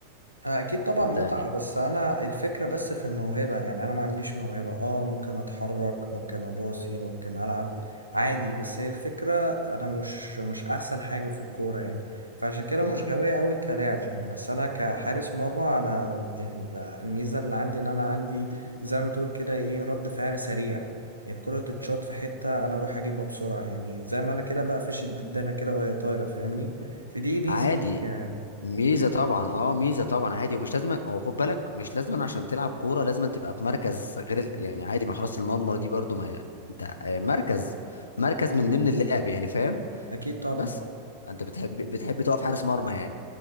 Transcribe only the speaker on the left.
صدقني
لا
عادي
ميزة طبعا اه ميزة طبعا عادي ومش لازم هو خد بالك مش لازم عشان تلعب كورة لازم تبقى في مركز غير ال... يعني عادي ما حراسة المرمى دي برضو ما هي- انت آه، مركز مركز
من ضمن اللعب يعني فاهم
بس انت بتحب بتحب تقف حارس مرمى يعني